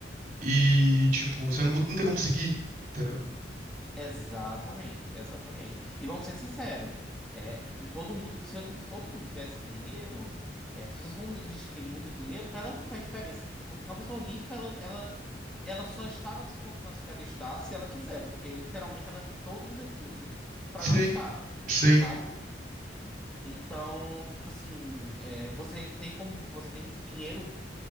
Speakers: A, on the right (about 50°); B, in the centre.
A: e, tipo, você não, não tem como seguir, entendeu?
B: Exatamente, exatamente. E vamos ser sinceros, é, de todo mundo, que se eu tivesse, todo mundo tivesse dinheiro, é, as pessoas que não têm muito dinheiro, para elas não faz diferença. Uma pessoa rica, ela, ela, ela só está nas condições que ela está se ela quiser, porque literalmente ela tem todos os recursos para
A: Sim,
B: não estar,
A: sim.
B: sabe? Então, tipo assim, é, você tem como, você tem dinheiro